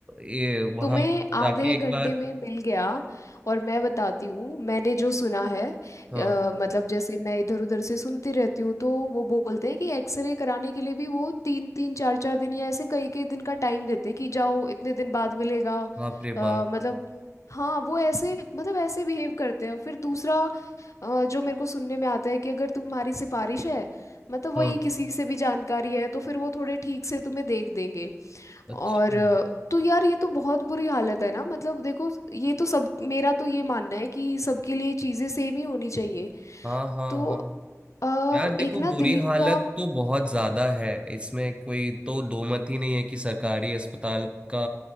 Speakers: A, on the right; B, on the left.
A: ये वहां
B: तुम्हें आधे
A: जाके एक
B: घंटे
A: बार
B: में मिल गया और मैं बताती हूँ मैंने जो सुना है
A: हाँ
B: अ, मतलब जैसे मैं इधर उधर से सुनती रहती हूँ तो वो बोलते हैं कि एक्सरे कराने के लिए भी वो तीन तीन चार चार दिन या ऐसे कई कई दिन का टाइम देते हैं कि जाओ इतने दिन बाद मिलेगा
A: बाप रे
B: अ,
A: बाप
B: मतलब हाँ वो ऐसे मतलब ऐसे बिहेव करते हैं फिर दूसरा अ, जो मेरे को सुनने में आता है कि अगर तुम्हारी सिफारिश है मतलब
A: हाँ
B: वही किसी से भी जानकारी है तो फिर वो थोड़े ठीक से तुम्हें देख देंगे
A: अच्छा
B: और अ, तो यार ये तो बहुत बुरी हालत है ना मतलब देखो ये तो सब मेरा तो ये मानना है कि सबके लिए चीज़ें सेम ही होनी चाहिए
A: हाँ हाँ
B: तो
A: हाँ
B: अ,
A: यार देखो
B: एक ना
A: बुरी
B: दिल्ली
A: हालत
B: का
A: तो बहुत ज्यादा है इसमें कोई तो दो मत ही नहीं है कि सरकारी अस्पताल का